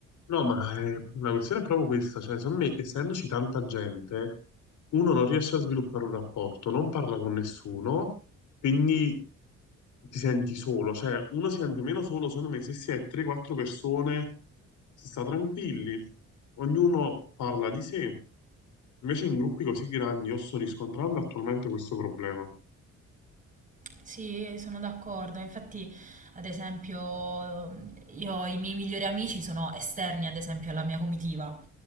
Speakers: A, on the left (about 75°); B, on the right (about 25°).
A: No, ma eh, la questione è proprio questa, cioè, secondo me, essendoci tanta gente, uno non riesce a sviluppare un rapporto, non parla con nessuno, quindi ti senti solo, cioè uno si sente meno solo, secondo me, se si è 3-4 persone, si sta tranquilli, ognuno parla di sé. Invece in gruppi così grandi io sto riscontrando attualmente questo problema,
B: Sì, sono d'accordo. Infatti, ad esempio, io i miei migliori amici sono esterni, ad esempio, alla mia comitiva,